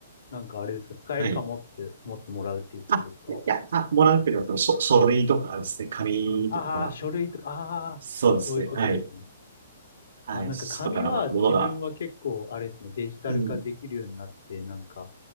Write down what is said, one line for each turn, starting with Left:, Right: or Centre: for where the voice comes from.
Left: なんかあれですか、使えるかもって思ってもらうっていうことですか
Right: はい。あ、いや、いやあ、もらうっていうのは、書、書類とかですね、紙とか、
Left: ああ、書類とか、ああ、
Right: そうですね、
Left: そういうまことですね。
Right: はい。はい、
Left: あ、なんか紙は自分は結構、
Right: 外からは、ものが、
Left: あれですね、デジタル化できるようになって、
Right: うん。
Left: なんか、